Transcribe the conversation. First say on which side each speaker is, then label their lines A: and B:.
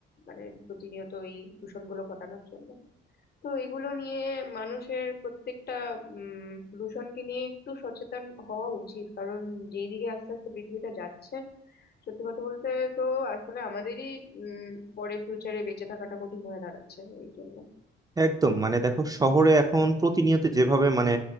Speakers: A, on the left (about 55°); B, on the right (about 20°).
A: মানে প্রতিনিয়ত এই দূষণগুলো ঘটানোর জন্য তো এগুলো নিয়ে মানুষের প্রত্যেকটা উম দূষণকে নিয়ে একটু সচেতন হওয়া উচিত কারণ যেদিকে আস্তে আস্তে পৃথিবীটা যাচ্ছে সত্যি কথা বলতে তো আসলে আমাদেরই উম পরে ফিউচারে বেঁচে থাকাটা কঠিন হয়ে দাঁড়াচ্ছে এই জন্য
B: একদম মানে দেখো শহরে এখন প্রতিনিয়ত যেভাবে মানে